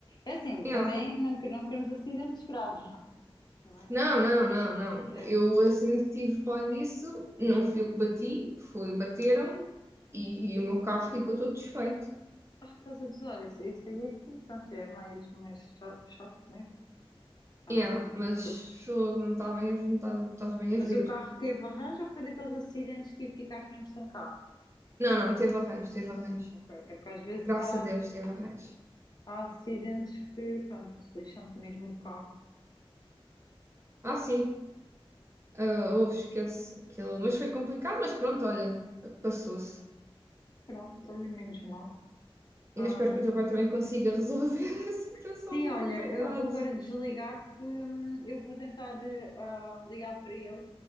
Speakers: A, on the left (about 45°); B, on the right (about 25°).
A: É assim,
B: É.
A: também não, que- não queremos acidentes graves, não, não é?
B: Não, não,
A: Próximo.
B: não, não.
A: É-
B: Eu, assim, o acidente que tive para além disso, não fui eu que bati, foi, bateram-me e o meu carro ficou todo desfeito.
A: Ah, estás a gozar, isso, isso aí é que, pronto, já é mais, mais chato, chato, não é? Ah,
B: Yeah, mas
A: porque-
B: fogo, não está bem a ver, não tá- não estás bem
A: mas
B: a ver.
A: o carro teve arranjo ou foi daqueles acidentes tipo ficaste mesmo sem carro?
B: Não, não, teve arranjo, teve arranjo.
A: Ok, é porque às vezes
B: Graças
A: há,
B: a Deus teve arranjo.
A: há acidentes que, pronto, lixam-te mesmo o carro.
B: Ah, sim, ah, houve, esquece. Aquilo. Mas foi complicado, mas pronto, olha, passou-se.
A: Pronto, olha, menos mal.
B: E
A: Ah,
B: eu espero que o teu pai também consiga resolver <laughs> a situação
A: Sim,
B: dele,
A: olha,
B: coitado.
A: eu vou agora desligar que hum, eu vou tentar eh, ah, ligar para ele,